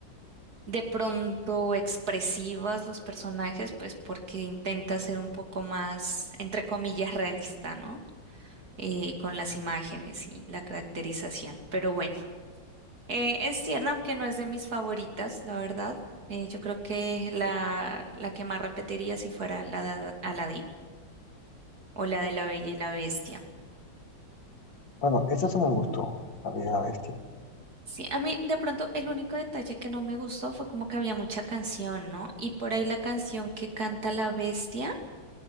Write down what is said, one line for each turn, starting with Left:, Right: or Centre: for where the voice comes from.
Right: de pronto expresivas los personajes, pues porque intenta ser un poco más, entre comillas, realista, ¿no? Eh, con las imágenes y la caracterización. Pero bueno, eh, es tierna, aunque no es de mis favoritas, la verdad. Eh, yo creo que la, la que más repetiría si fuera la de Aladdin o la de La Bella y la Bestia.
Left: Bueno, esa se me gustó, La Bella y la Bestia.
Right: Sí, a mí de pronto el único detalle que no me gustó fue como que había mucha canción, ¿no? Y por ahí la canción que canta la bestia,